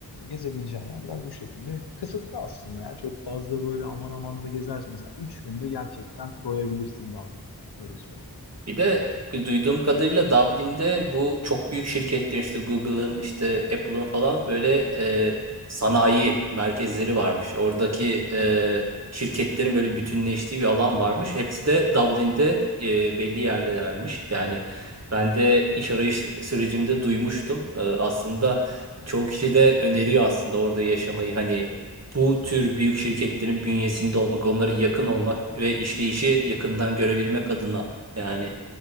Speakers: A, on the left (about 85°); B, on the right (about 40°).
A: gezebileceğin yerler bu şekilde. Kısıtlı aslında ya. Çok fazla böyle aman aman da gezersin. Mesela 3 günde gerçekten doyabilirsin Dublin'e. Öyle söyleyeyim.
B: Bir de duyduğum kadarıyla Dublin'de bu çok büyük şirketler işte Google'ın işte Apple'ın falan böyle e, sanayi merkezleri varmış. Oradaki e, şirketlerin böyle bütünleştiği bir alan varmış. Hepsi de Dublin'de e, belli yerlermiş. Yani ben de iş arayış sürecimde duymuştum. E, aslında çoğu kişi de öneriyor aslında orada yaşamayı. Hani bu tür büyük şirketlerin bünyesinde olmak, onlara yakın olmak ve işleyişi yakından görebilmek adına. Yani